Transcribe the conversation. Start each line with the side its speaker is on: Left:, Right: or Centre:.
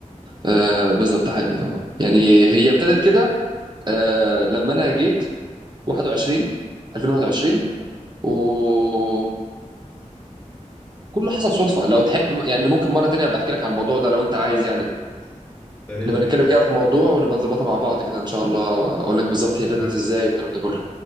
Right: آه بالظبط ده حقيقي اه يعني هي ابتدت كده آه لما انا جيت 21 2021 وكله حصل صدفه لو تحب يعني ممكن مره تانية ابقى احكي لك على الموضوع ده لو انت عايز
Left: اه
Right: يعني
Left: يا ريت
Right: نبقى نتكلم كده في موضوع ونبقى نظبطها مع بعض كده ان شاء الله اقول لك بالظبط هي ابتدت
Left: نعم.
Right: ازاي والكلام ده كله